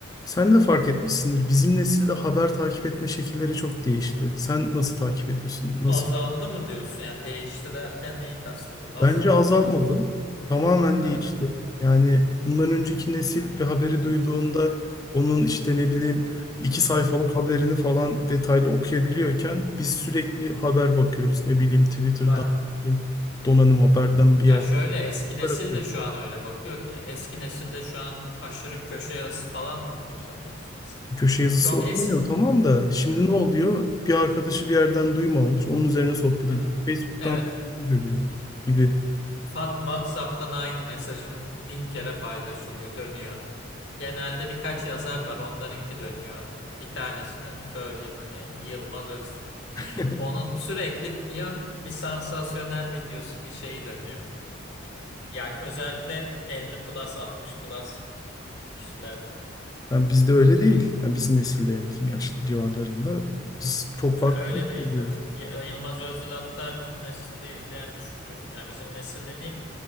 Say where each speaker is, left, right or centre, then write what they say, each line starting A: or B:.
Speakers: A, on the left (about 20°); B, on the left (about 60°).
A: Sen de fark etmişsindir. Bizim nesilde haber takip etme şekilleri çok değişti. Sen nasıl takip ediyorsun? Nasıl?
B: Azaldı mı diyorsun yani değişti derken neyi kastediyor? Azaldı
A: Bence azalmadı.
B: mı arttı mı?
A: Tamamen
B: Evet.
A: değişti. Yani bundan önceki nesil bir haberi duyduğunda onun işte ne bileyim iki sayfalık
B: Evet.
A: haberini falan detaylı okuyabiliyorken biz sürekli
B: Hı hı.
A: haber bakıyoruz. Ne bileyim Twitter'dan,
B: Bak
A: ne bileyim donanım
B: e,
A: haberden
B: ya
A: bir yerden
B: şöyle eski
A: haber
B: nesil
A: okuyoruz.
B: de şu an öyle bakıyor ki. Eski nesilde şu an aşırı köşe yazısı falan mı okuyor sanıyorsun mesela?
A: Köşe yazısı
B: Çok
A: okumuyor
B: eski.
A: tamam da şimdi
B: Evet.
A: ne oluyor? Bir arkadaşı bir yerden duyum almış. Onun üzerine sohbet
B: Aha.
A: ediyor. Facebook'tan
B: Evet.
A: görüyor gibi.
B: Fat- WhatsApp'tan aynı mesajın bin kere paylaşılıyor, dönüyor. Genelde birkaç yazar var, onlarınki dönüyor. Bir tanesini söyleyeyim hani Yılmaz Özdemir.
A: <laughs>
B: <laughs> Onun sürekli ya bir sansasyonel videosu bir şeyi dönüyor. Evet. Yani özellikle 50 plus 60 plus kişilerde.
A: Yani bizde öyle değil. Yani bizim nesilde ya bizim yaşlı civarlarında biz çok
B: Ya
A: farklı
B: öyle
A: takip
B: değil
A: ediyoruz.
B: tabii. Y- Yılmaz Özdil hatta bizim nesilde izleyen düşüktür. Yani bizim nesil dediğim